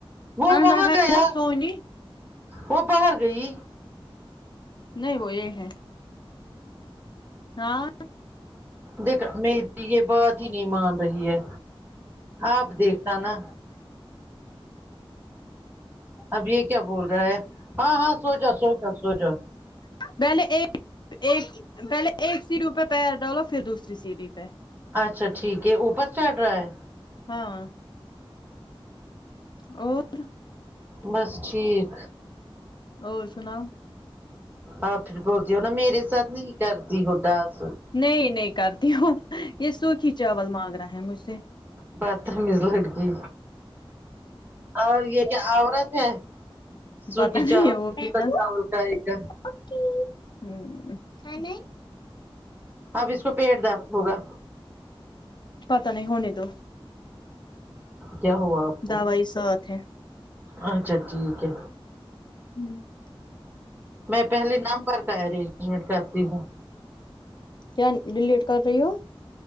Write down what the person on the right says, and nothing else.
وہ
وہاں
گیا
وہ باہر گئی
دیکھ میری یہ بات ہی نہیں مان رہی ہے آپ دیکھنا نا اب یہ کیا بول رہا ہے ہاں ہاں سو جاو سو جاو سو جاو
اچھا ٹھیک ہے اوپر چڑھ رہا ہے
بس ٹھیک
آ پھر بولتی ہو نہ میرے ساتھ نہیں کرتی ہو ڈاس
بتمیز لڑکی اور یہ کیا عورت ہے سوکھی
چاول
چاول کا ایک دانہ
اب اس کا پیٹ درد ہوگا
کیا ہوا آپ کو
اچھا ٹھیک ہے
میں پہلے نمبر کا ارینجمنٹ کرتی ہوں